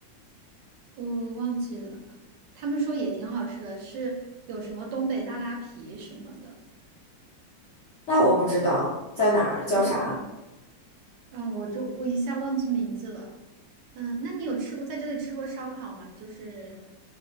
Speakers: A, on the right; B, on the left.
A: 我忘记了，他们说也挺好吃的，是有什么东北大拉皮什么的。
B: 那我不知道在哪儿，叫啥？
A: 嗯，我就我一下忘记名字了。嗯，那你有吃过在这里吃过烧烤吗？就是